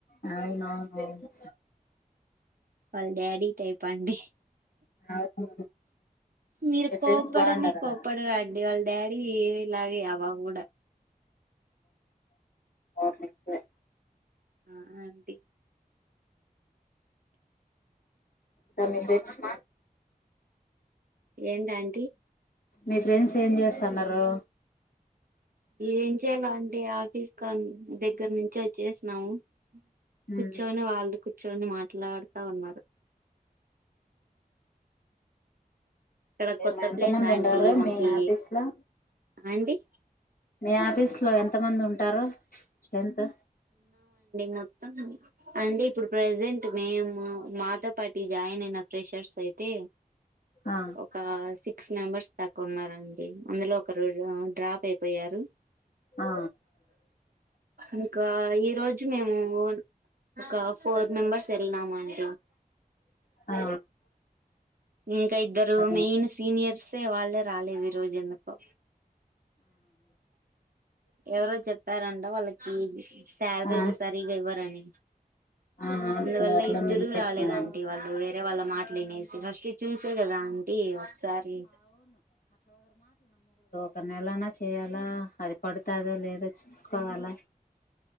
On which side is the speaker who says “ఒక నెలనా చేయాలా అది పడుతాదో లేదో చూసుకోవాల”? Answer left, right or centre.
Left